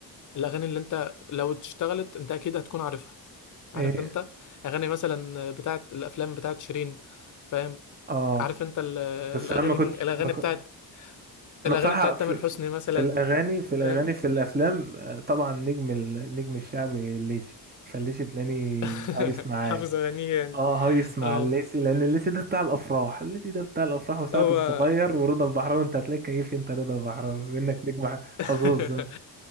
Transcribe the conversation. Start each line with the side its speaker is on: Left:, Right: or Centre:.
Left: الاغاني اللي انت لو اشتغلت انت اكيد هتكون عارفها عارف
Right: إيه
Left: انت اغاني مثلا بتاعت الافلام بتاعت شيرين فاهم
Right: اه
Left: عارف انت ال-
Right: بس
Left: الاغاني
Right: لما كنت
Left: دي الاغاني
Right: ما كنت
Left: بتاعت
Right: انا
Left: الاغاني
Right: بصراحه
Left: بتاعت
Right: في,
Left: تامر حسني
Right: في
Left: مثلا
Right: في الاغاني في الاغاني
Left: فاهم
Right: في الافلام آه، طبعا نجم ال- النجم الشعبي الليسي فالليسي تلاقيني
Left: <laughs>
Right: هايص معاه
Left: حافظ اغانيه يعني
Right: اه هايس مع
Left: اه
Right: الليسي لان الليسي ده بتاع الافراح الليسي ده بتاع الافراح وسعد
Left: هو
Right: الصغير ورضا البحراوي انت هتلاقي كيف انت رضا البحراوي منك نجم ح- حظوظ
Left: <laughs>
Right: انت